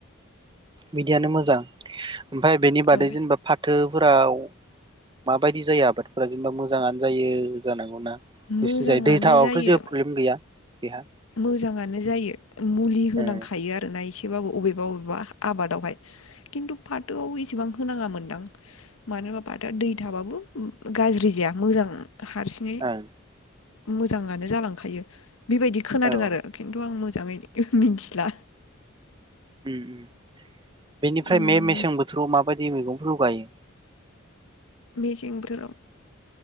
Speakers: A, on the right; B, on the left.
A: बिदियानो मोजां। ओमफ्राय बेनि बादै
B: औ
A: जेनेबा फाथोफोराव। माबायदि जायो आबादफोरा जेनेबा मोजाङानो जायो जानांगौना।
B: मोजाङानो
A: बिसिनिजाय दै थाबाबोथ'
B: जायो।
A: जेबो प्रब्लेम गैया बेहा।
B: मोजाङानो जायो मुलि होनांखायो
A: ओं
B: आरो बा एसेबाबो अबेबा अबेबा आबादावहाय। खिन्थु फाथोआव एसेबां होनाङा मोनदां। मानो होनबा फाथोआ दै थाबाबो। गाज्रि जाया मोजां हारसिङै
A: ओं
B: मोजाङानो जालांखायो बेबायद खोनादों
A: औ
B: आरो खिन्थु आं मो‌ मोजाङै मिनथिला।
A: उम उम बेनिफ्राय
B: उम
A: मे-मेसें बोथोराव माबायदि मैगंफोरखौ गायो?
B: मेसें बोथोराव